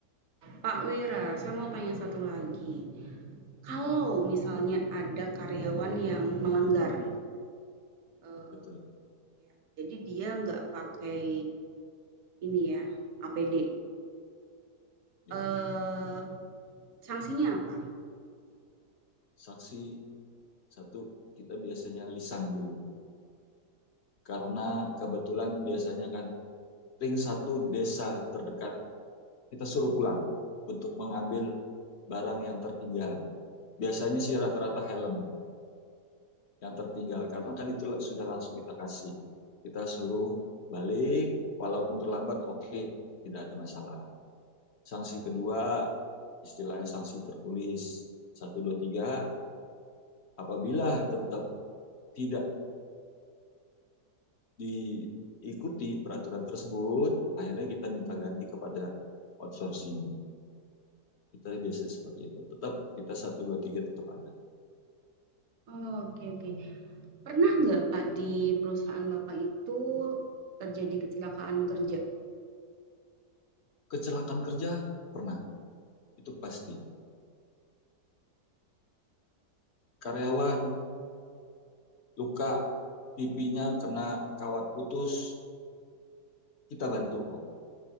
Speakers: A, on the right; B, on the left.
A: Pak Wira, saya mau tanya satu lagi. Kalau misalnya ada karyawan yang melanggar, eee,
B: Betul.
A: ya, jadi dia nggak pakai ini ya, APD,
B: Ya.
A: eee, sanksinya apa?
B: Sanksi satu, kita biasanya lisan dulu. Karena kebetulan biasanya kan ring satu desa terdekat kita suruh pulang untuk mengambil barang yang tertinggal. Biasanya sih rata-rata helm. yang tertinggal karena kan itu sudah langsung kita kasih kita suruh balik walaupun terlambat oke tidak ada masalah sanksi kedua istilahnya sanksi tertulis satu dua tiga apabila tetap tidak diikuti peraturan tersebut akhirnya kita minta ganti kepada outsourcing kita biasanya seperti itu tetap kita satu dua tiga tetap ada
A: Oh, Oke oke. Pernah nggak, Pak, di perusahaan Bapak itu terjadi kecelakaan kerja?
B: kecelakaan kerja pernah itu pasti karyawan luka pipinya kena kawat putus kita bantu kok.